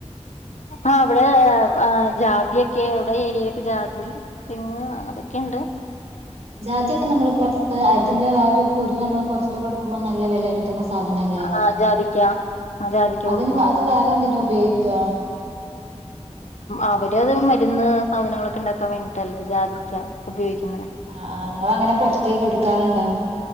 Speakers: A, on the left; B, on the right.
A: ആഹ് ഇവിടെ ജാതിയൊക്കെ ഇവിടെ ഏരിയയിലൊക്കെ ജാതി പിനെ അതൊക്കെണ്ട്
B: ജാതിക്കെ നമ്മള് പൊറത്ത് അതിന്റെ ആ ഒരു കുരു നമ്മള് പൊറത്ത് കൊടുക്കുമ്പോൾ നല്ല വെല കിട്ടും കിട്ടുന്ന സാധനല്ലേ
A: ആ ജാതിക്ക ആ ജാതിക്ക
B: അതിന്
A: കൊടുക്കുമ്പോ
B: അത് വേറെന്തിനാ ഉപയോഗിക്കാ
A: അവര് അത് മരുന്ന് സാധനങ്ങളൊക്കെ ഉണ്ടാക്കാൻ വേണ്ടിട്ടല്ലേ ജാതിക്ക ഉപയോഗിക്കുന്നെ
B: ആ നിങ്ങളങ്ങനെ പൊറത്തേക്ക് കൊടു ക്കാറുണ്ടോ?